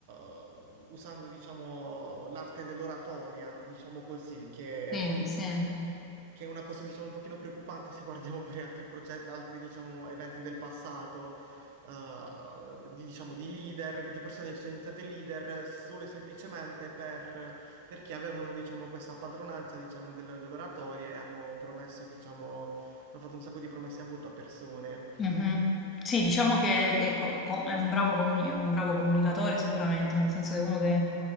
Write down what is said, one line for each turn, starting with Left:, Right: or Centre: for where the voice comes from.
Right: eh, usando diciamo l'arte dell'oratoria, diciamo così, che,
Left: sì, sì.
Right: che è una cosa diciamo un pochino preoccupante se guardiamo pure altri, proce- altri diciamo eventi del passato. eh, di, diciamo, di leader, di persone che sono diventate leader solo e semplicemente per, perché avevano, diciamo, questa padronanza, diciamo, del- dell'oratoria e hanno promesso, diciamo, hanno fatto un sacco di promesse a voto a persone.
Left: Mhm. Sì, diciamo che ecco, co- è un bravo comuni- è un bravo comunicatore sicuramente, nel senso che è uno che